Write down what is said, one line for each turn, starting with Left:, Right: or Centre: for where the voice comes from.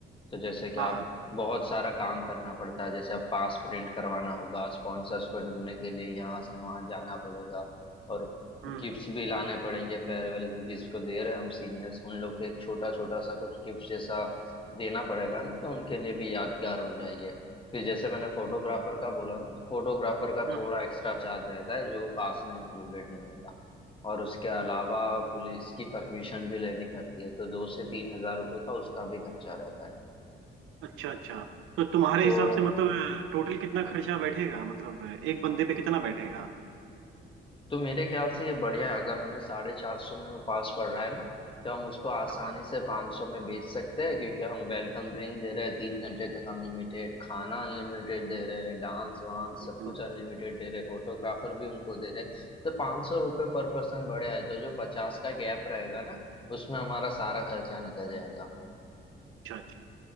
Left: तो जैसे कि
Right: हाँ
Left: आप
Right: हाँ,
Left: बहुत सारा काम करना पड़ता है जैसे आप पास प्रिंट करवाना होगा स्पॉन्सर्स को ढूंढने के लिए यहाँ से वहाँ जाना पड़ेगा और
Right: हम्म हम्म,
Left: गिफ्ट्स भी लाने पड़ेंगे फेयरवेल जिसको दे रहे हैं हम सीनियर्स उन लोग के एक छोटा छोटा सा कुछ गिफ्ट जैसा देना पड़ेगा ना तो उनके लिए भी यादगार हो जाइए फिर जैसे मैंने फोटोग्राफर का बोला ना फोटोग्राफर का
Right: हम्म,
Left: थोड़ा एक्स्ट्रा चार्ज रहता है जो पास में इंक्लूडेड नहीं होता और उसके अलावा पुलिस की परमिशन भी लेनी पड़ती है तो दो से तीन हजार रुपये का उसका भी खर्चा रहता है
Right: अच्छा अच्छा तो तुम्हारे
Left: तो
Right: हिसाब से मतलब टोटल कितना खर्चा बैठेगा मतलब एक बंदे पे कितना बैठेगा
Left: तो मेरे ख्याल से ये बढ़िया है अगर हमें साढ़े चार सौ में वो पास पड़ रहा है ना तो हम उसको आसानी
Right: हाँ
Left: से पाँच सौ में बेच सकते हैं क्योंकि हम वेलकम ड्रिंक दे रहे हैं तीन घंटे तक अनलिमिटेड खाना अनलिमिटेड दे रहे हैं डांस वांस
Right: हम्म,
Left: सब कुछ अनलिमिटेड दे रहे हैं फोटोग्राफर भी उनको दे रहे हैं तो पाँच सौ रुपये पर पर्सन बढ़िया है तो जो पचास का गैप रहेगा ना उसमें हमारा सारा खर्चा निकल जाएगा
Right: अच्छा अच्छा